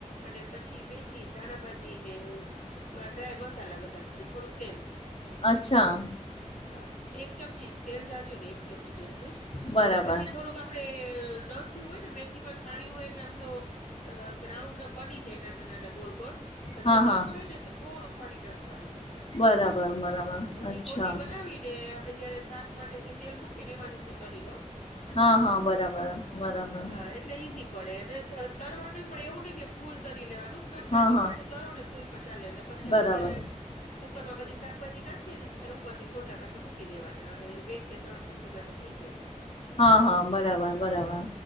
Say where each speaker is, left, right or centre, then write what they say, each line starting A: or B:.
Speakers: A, on the left (about 85°); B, on the left (about 50°).
A: અને પછી મેથી ધાણાભાજી ને ડ્રાય મસાલા બધા થોડુંક તેલ હા
B: અચ્છા
A: હા એક ચમચી તેલ જાજુ ને એક ચમચી જેટલું જ
B: બરાબર
A: અને પછી થોડુંક આપણે નયું હોય ને મેસીમાન પાણી હોય એટલે આમ તો ગ્રાઉન્ડ બની જે નાના નાના ગોળ ગોળ પણ
B: હા
A: જો ન
B: હા
A: થાય ને તો થોડું પાણી નાખવાનું હ
B: બરાબર બરાબર
A: પછી
B: અચ્છા
A: ગોટી બનાવીને આપડે જયારે શાક માટે જે તેલ મૂકી ને એમાં જ હું તો તરી લઉં
B: હા હા બરાબર બરાબર
A: હા એટલે ઈઝી પડે અને તરવાનું પણ એવું નહી કઇ કે ફૂલ તરી લેવાનું થોડું
B: હા
A: કાચું
B: હા
A: પાકું તરો ને તો પણ ચાલે એટલે પછી
B: બરાબર
A: આપડે જયારે કુકર માં બધી શાકભાજી નાખીએ ત્યારે ઉપર થી ગોટા પાછા મૂકી દેવાના અને બે કે ત્રણ સીટીમાં તો થઈ જાય.
B: હા હા બરાબર બરાબર